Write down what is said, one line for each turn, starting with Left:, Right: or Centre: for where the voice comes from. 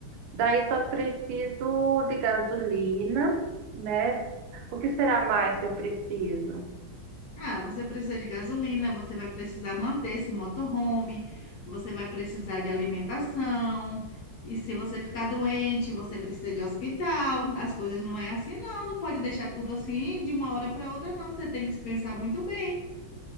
Right: Daí só preciso de gasolina, né? O que será mais que eu preciso?
Left: Ah, você precisa de gasolina, você vai precisar manter esse motorhome, você vai precisar de alimentação. E se você ficar doente, você precisa de hospital. As coisas não é assim, não. Não pode deixar tudo assim de uma hora para outra, não. Você tem que pensar muito bem.